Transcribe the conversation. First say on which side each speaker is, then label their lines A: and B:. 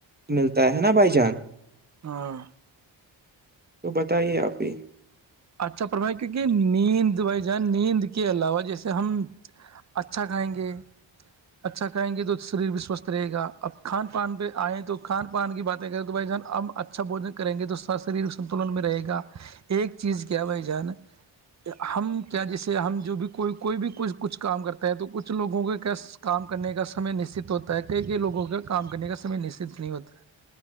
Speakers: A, on the right; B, on the right.
A: ملتا ہے نا بھائی جان
B: ہاں
A: تو بتائیے آپ ہی
B: اچھا پرھائی کیونکہ نیند بھائی جان نیند کے علاوہ جیسے ہم اچھا کھائیں گے اچھا کھائیں گے تو شریر بھی سوستھ رہے گا اب کھان پان پہ آئے تو کھان پان کی باتیں کریں تو بھائی جان ہم اچھا بوجن کریں گے تو س شاریرک سنتلن میں رہے گا ایک چیز کیا بھائی جان ہم کیا جیسے ہم جو بھی کوئی کوئی بھی کوئی کچھ کام کرتا ہے تو کچھ لوگوں کے کیا کام کرنے کا سمے نشچت ہوتا ہے کئی کئی لوگوں کا کام کرنے کا سمے نشچت نہیں ہوتا ہے